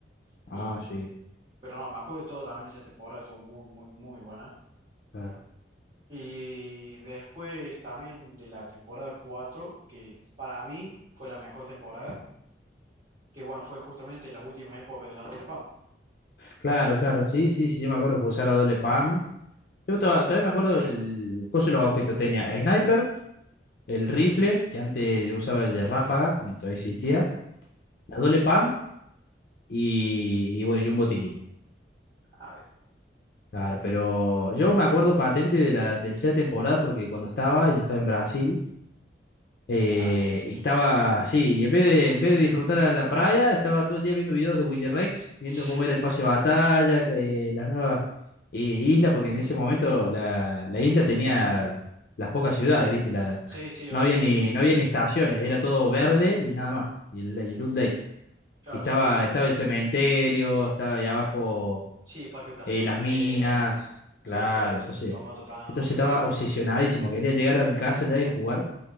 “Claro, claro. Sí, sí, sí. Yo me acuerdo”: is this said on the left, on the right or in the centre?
Left